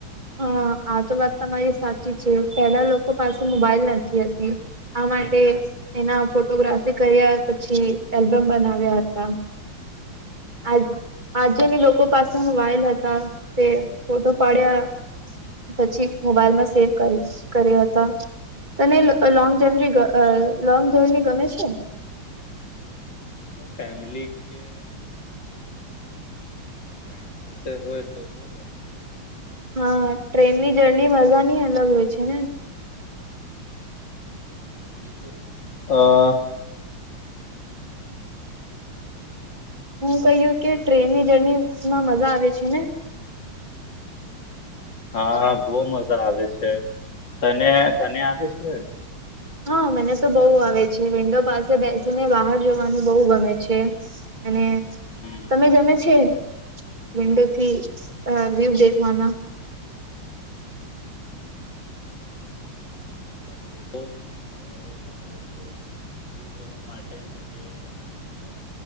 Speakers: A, on the right; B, on the left.
A: હા, આ તો વાત તમારી સાચી છે, પેલા લોકો પાસે મોબાઈલ નથી હતી. આ માટે એના ફોટોગ્રાફી કર્યા પછી એલ્બમ બનાવ્યા હતા, આ આજેની લોકો પાસે મોબાઈલ હતા તે ફોટો પાડ્યા. પછી મોબાઈલ માં સેવ કર્યા હતા. તને લોંગ જર્ની લોંગ જર્ની ગમે છે.
B: જો ફેમલી કે ફ્રેન્ડ સાથે હોય તો બહુ ગમે છે.
A: હા ટ્રેનની જર્ની મજાની અલગ હોય છે ને
B: હ <inaudible>
A: હું કહ્યું કે ટ્રેનની જર્નીમાં મજા આવે છે ને
B: હા હ બહુ મજા આવે છે તને તને આવે છે.
A: હા મને તો બહુ આવે છે વિન્ડો પાસે બેસીને બહાર જવાનું બહુ ગમે છે. અને
B: હમ
A: તમે જમે છે. વિન્ડો થી વ્યુ દેખવાના
B: હમ હા મને પણ બી બહુ મજા આવે છે. વ્યુ, જોવા માટે અને અ